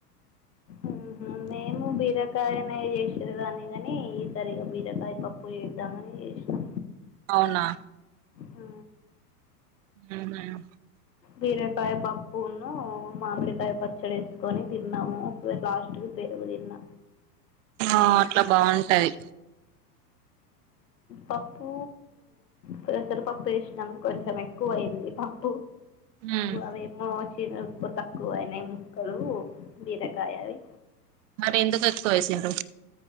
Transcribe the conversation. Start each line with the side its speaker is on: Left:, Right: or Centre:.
Left: ఉహు మేము బీరకాయనే చేసేదాన్నే కాని ఈ సరిగా బీరకాయ పప్పు చేద్దామని చేసినా
Right: అవునా
Left: ఊ
Right: ఉహు
Left: బీరకాయ పప్పును మామిడికాయ పచ్చడి వేసుకొని తిన్నాము లాస్ట్కు పెరుగు తిన్నా
Right: ఆ అట్లా బాగుంటది
Left: పప్పు పెసరపప్పు ఏసినం కొంచెం ఎక్కువ అయింది పప్పు
Right: మ్మ్
Left: అవి మో చికు తక్కువ అయినా ముక్కలు బీరకాయవి
Right: మరి ఎందుకుత్కో వేసిర్రు